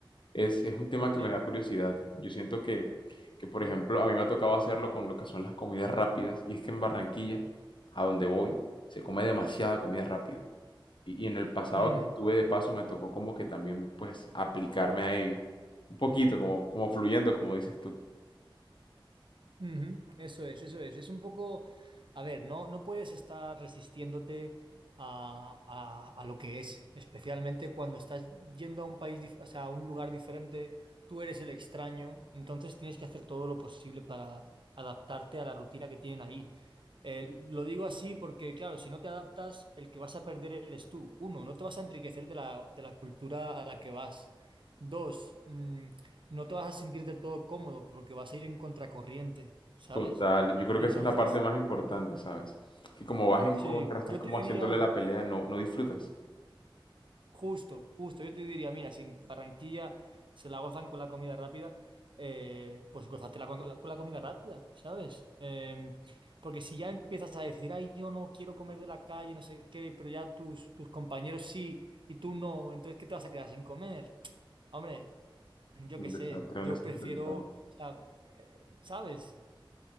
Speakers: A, on the left (about 65°); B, on the right (about 65°).
A: Es, es un tema que
B: sí.
A: me da curiosidad. Yo siento que, que, por
B: sí.
A: ejemplo, a mí me ha tocado hacerlo con lo que son las comidas rápidas. Y es que en Barranquilla, a donde voy, se come demasiada comida rápida. Y, y en el pasado
B: Mm.
A: que estuve de paso me tocó como que también, pues, aplicarme a ello. Un poquito, como, como fluyendo, como dices tú.
B: Ujú, Eso es, eso es. Es un poco, a ver, no, no puedes estar resistiéndote a, a- a lo que es, especialmente cuando estás yendo a un país, dif- o sea, a un lugar diferente, tú eres el extraño, entonces tienes que hacer todo lo posible para adaptarte a la rutina que tienen ahí. Eh, lo digo así porque, claro, si no te adaptas, el que vas a perder eres tú. Uno, no te vas a enriquecer de la, de la cultura a la que vas. Dos, mm, no te vas a sentir del todo cómodo porque vas a ir en contracorriente, ¿sabes?
A: Total, yo creo
B: Entonces,
A: que esa es la parte más importante, ¿sabes? Que como vas en
B: sí,
A: contra, estás
B: yo
A: como
B: te diría,
A: haciéndole la pelea, no, no disfrutas.
B: justo, justo, yo te diría, mira, si en Barranquilla se la gozan con la comida rápida, eh, pues gózatela con, la con la comida rápida, ¿sabes? Eh, porque si ya empiezas a decir, ay, yo no quiero comer de la calle, no sé qué, pero ya tus, tus compañeros sí y tú no, entonces, ¿qué te vas a quedar sin comer? Hombre, yo qué
A: Un
B: sé,
A: desastre,
B: yo
A: un desastre
B: prefiero,
A: total.
B: o sea, ¿sabes?